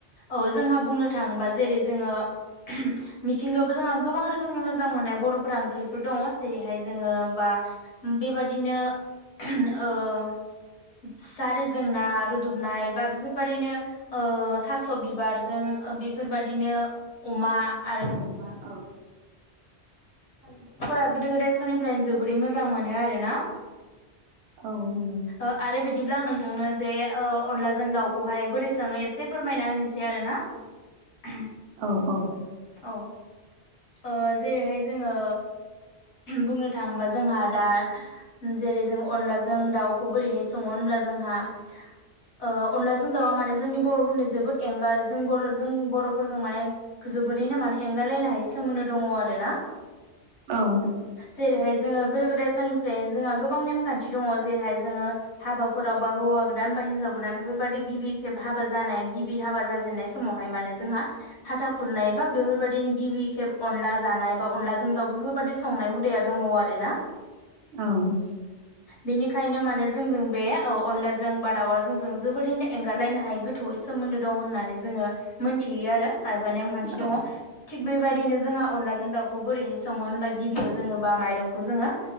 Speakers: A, on the left; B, on the right.
A: औ जोंहा बुंनो थाङोबा जेरै- जोङो <unintelligible> मिथिंगायावबो जोंहा गोबां रोखोमनि मोजां मोननाय बर'फोरा ओंख्रिफोर दङ जेरैहाय जोङो बा बेबादिनो <unintelligible> ओ जारिजों ना रुदुबनाय बा बेफोरबादिनो ओ थास' बिबारजों बेफोरबादिनो अमा आरो
B: अमा औ
A: माने बर'फोरा गोदो गोदाय समनिफ्रायनो जोबोरै मोजां मोनो आरोना
B: औ नंगौ
A: ओ आरो बिदिब्ला आं नोंथांनो जे ओ अनलाजों दाउखौहाय बोरै सोङो एसे फोरमायना होनोसै आरोना <unintelligible>
B: औ औ
A: औ ओ जेरैहाय जोङो बुंनो थाङोबा जोंहा दा जेरै- जों अनलाजों दाउखौ बोरैहाय सङो होनब्ला जोंहा ओ अनलाजों दाउआ माने जोंनि बर'फोरनि जोबोद एंगार जों बर' जों बर'फोरजों माने जोबोरैनो माने एंगार लायनो हायै सोमोन्दो दङ आरोना।
B: औ
A: जेरैहाय जोंङो गोदो गोदाय समनिफ्रायनो जोंहा गोबां नेमखान्थि दङ जेरैहाय जोङो हाबाफोरावबा हौवा गोदान बा हिनजाव गोदान बेफोरबादि गिबि खेब हाबा जानाया गिबि हाबा जाजेननाय स समावहाय माने जोंहा हाथा खुरनाय बा बेफोरबायदिनो गिबि खेब अनला जानाय बा अनला जों दाउ बेफोरबायदि संनाय हुदाया दङ आरो ना
B: औ
A: बेनिखायनो माने जोंजों बे औ अनलाजों बा दाउआ जोंजों जोबोरैनो एंगारलायनो हायै गोथ थौयै सोमोन्दो दं होननानै जोङो मोनथियो आरो। एबा नेमखान्थि
B: औ
A: दङ थिग बेबायदिनो जोंहा अनलाजों दाउखौ बोरैहाय सङो होनबा गिबियाव जोङो बा माइरंखौ जोङो